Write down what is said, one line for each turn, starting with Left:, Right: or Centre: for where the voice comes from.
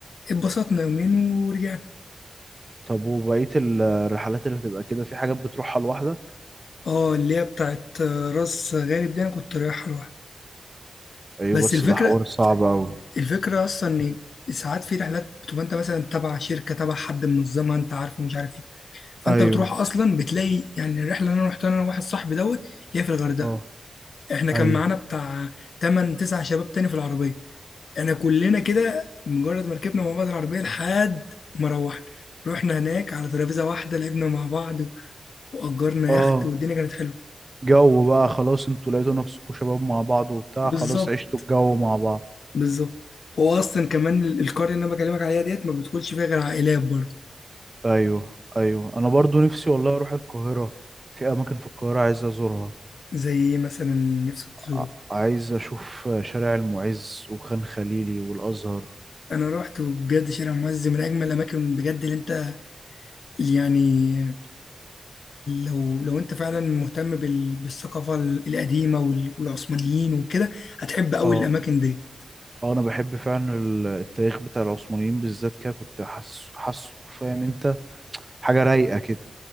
Left: اتبسطنا يومين ورجعنا
Right: طب وبقية ال- الرحلات اللي بتبقى كده في حاجات بتروحها لوحدك؟
Left: اه اللي هي بتاعت آه، راس غارب دي أنا كنت رايحها لوحدي
Right: أيوه
Left: بس
Right: بس
Left: الفكرة
Right: ده حوار صعب أوي
Left: الفكرة أصلا إن ساعات في رحلات بتبقى أنت مثلا تبع شركة تبع حد منظمها أنت عارفه مش عارف إيه فأنت
Right: أيوه
Left: بتروح أصلا بتلاقي يعني الرحلة اللي أنا رحتها أنا وواحد صاحبي دوت اللي هي في الغردقة
Right: اه
Left: إحنا كان
Right: أيوه
Left: معانا بتاع 8 9 شباب تاني في العربية إحنا كلنا كده مجرد ما ركبنا مع بعض العربية لحد ما روحنا رحنا هناك على ترابيزة واحدة لعبنا مع بعض وأجرنا
Right: اه
Left: يخت والدنيا كانت حلوة
Right: جو بقى خلاص انتوا لقيتوا نفسكوا شباب مع بعض وبتاع
Left: بالظبط
Right: خلاص عشتوا الجو مع بعض
Left: بالظبط هو أصلا كمان ال- القرية اللي أنا بكلمك عليها ديت ما بتدخلش فيها غير عائلات برضه
Right: ايوه ايوه انا برضو نفسي والله اروح القاهره في اماكن في القاهره عايز ازورها
Left: زي ايه مثلا نفسك تزوره
Right: ع- عايز اشوف شارع المعز وخان خليلي والازهر
Left: انا روحت وبجد شارع المعز من اجمل الاماكن بجد اللي انت اللي يعني لو لو انت فعلا مهتم بال... بالثقافه ال- القديمه وال... والعثمانيين وكده هتحب قوي
Right: اه
Left: الاماكن دي
Right: اه انا بحب فعلا ال- التاريخ بتاع العثمانيين بالذات كده كنت حاسه حاسه فاهم انت حاجه رايقه كده